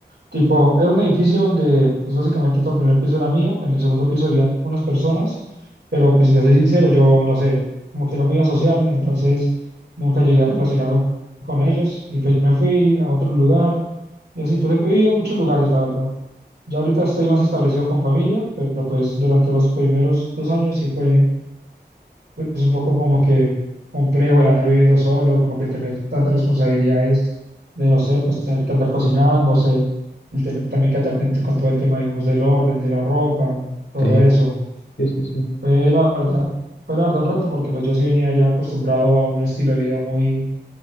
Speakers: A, on the right; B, on the left.
A: tipo, era un edificio donde, pues básicamente todo el primer piso era mío, en el segundo piso vivían unas personas, pero pues si te soy sincero, yo no sé, como que era muy asocial, entonces nunca llegué a relacionarme con ellos, y pues me fui a otro lugar, y así, pues he vivido en muchos lugares, la verdad. Ya ahorita estoy más establecido con familia, pero pues durante los primeros dos años sí fue pues, es un poco como que complejo el andar viviendo solo, como que el tener tantas responsabilidades de, no sé, pues tener que andar cocinándose, el tener también que andar pendiente con todo el tema, digamos, del orden, de la ropa, todo
B: Sí,
A: eso.
B: sí, sí, sí.
A: Fue la verdad, fue la verdad un reto porque pues yo sí venía ya acostumbrado a un estilo de vida muy,